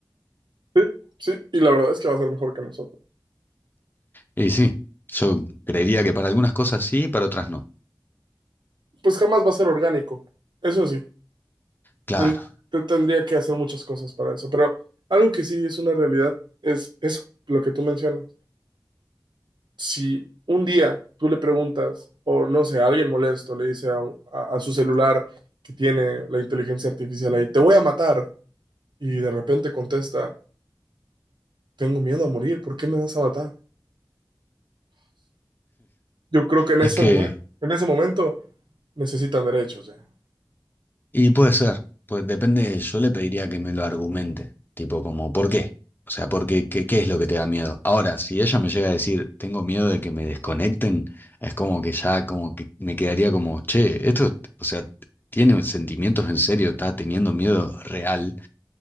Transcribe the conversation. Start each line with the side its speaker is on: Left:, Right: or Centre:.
Right: sí, sí. Y la verdad es que va a ser mejor que nosotros.
Left: Y sí, yo creería que para algunas cosas sí, para otras no.
Right: Pues jamás va a ser orgánico, eso sí.
Left: Claro,
Right: Él te- tendría que hacer muchas cosas para eso, pero algo que sí es una realidad es eso, lo que tú mencionas. Si un día tú le preguntas, o no sé, a alguien molesto le dice a, a- a su celular que tiene la inteligencia artificial ahí, te voy a matar, y de repente contesta, tengo miedo a morir, ¿por qué me vas a matar? Yo creo que en
Left: es
Right: ese
Left: que
Right: momento, en ese momento necesitan derechos ya.
Left: Y puede ser, pues depende, yo le pediría que me lo argumente, tipo como, ¿por qué? O sea, porque, ¿qué, qué es lo que te da miedo? Ahora, si ella me llega a decir, tengo miedo de que me desconecten, es como que ya, como que me quedaría como, che, esto, o sea, tiene sentimientos en serio, está teniendo miedo real,